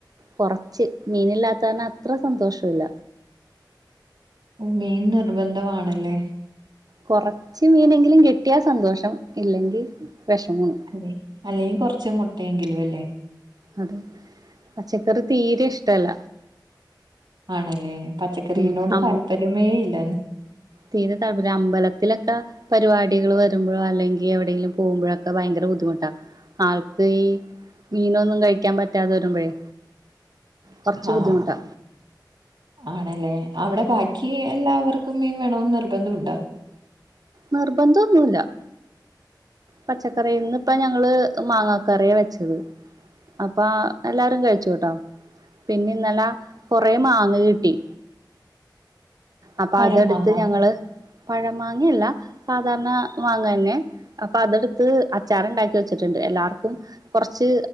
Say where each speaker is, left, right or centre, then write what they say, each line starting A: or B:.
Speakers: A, on the right; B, on the right.
A: കുറച്ച് മീനില്ലാത്താകാരണ അത്ര സന്തോഷല്ല
B: മീൻ നിർബന്ധമാണല്ലേ
A: കുറച്ച് മീനെങ്കിലും കിട്ടിയാൽ സന്തോഷം ഇല്ലെങ്കിൽ വിഷമമാണ്
B: അതെ അല്ലെങ്കിൽ കൊറച്ച് മുട്ടയെങ്കിലും അല്ലേ
A: അതെ പച്ചക്കറി തീരെ ഇഷ്ടല്ല
B: ആണല്ലേ പച്ചക്കറീനോട്
A: ഉം അം
B: താല്പര്യമേ ഇല്ലന്ന്
A: തീരെ താല്പര്യല്ല അമ്പലത്തിലൊക്കെ പരിപാടികൾ വരുമ്പോഴോ അല്ലെങ്കിൽ എവിടെങ്കിലും പോകുമ്പോഴൊക്കെ ഭയങ്കര ബുദ്ധിമുട്ടാ ആൾക്ക് ഈ മീനൊന്നും കഴിക്കാൻ പറ്റാതെ വരുമ്പഴേ കൊറച്ച്
B: ആഹ്
A: ബുദ്ധിമുട്ടാ
B: ആണല്ലേ അവിടെ ബാക്കി എല്ലാർക്കും ഒക്ക മീ വേണന്ന് നിർബന്ധമുണ്ടോ
A: നിർബന്ധന്നുല്ല പച്ചക്കറിന്ന് പ്പ ഞങ്ങള് മാങ്ങ കറിയാ വെച്ചത് അപ്പ എല്ലാരും കഴിച്ചുട്ടോ പിന്നെ ഇന്നലെ കൊറേ മാങ്ങ കിട്ടി അപ്പൊ
B: പഴം
A: അതെടുത്ത്
B: മാങ്ങ
A: ഞങ്ങള് പഴമാങ്ങിയല്ല സാധാരണ മാങ്ങ തന്നെ അപ്പൊ അതെടുത്ത് അച്ചാറുണ്ടാക്കി വെച്ചിട്ടുണ്ട് എല്ലാർക്കും കുറച്ച്